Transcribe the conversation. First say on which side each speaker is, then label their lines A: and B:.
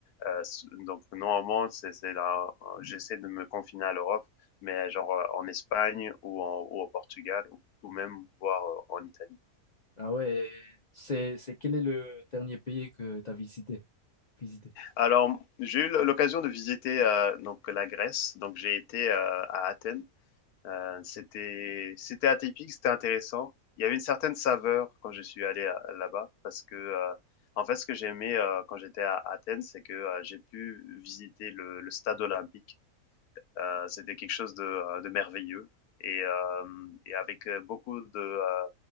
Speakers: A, on the left; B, on the left.
A: euh, s- donc normalement, c'est c'est là, euh, j'essaie de me confiner à l'Europe, mais genre euh, en Espagne ou, en, ou au Portugal ou, ou même voir euh, en Italie.
B: Ah ouais. et C'est, c'est quel est le dernier pays que t'as visité? Visité.
A: Alors, j'ai eu l'occasion de visiter euh, donc la Grèce. Donc, j'ai été euh, à Athènes. Euh, c'était c'était atypique, c'était intéressant. Il y avait une certaine saveur quand je suis allé à- là-bas parce que euh, en fait, ce que j'aimais euh, quand j'étais à Athènes, c'est que euh, j'ai pu visiter le, le stade olympique. Euh, C'était quelque chose de, euh, de merveilleux et, euh, et, avec euh, beaucoup de euh,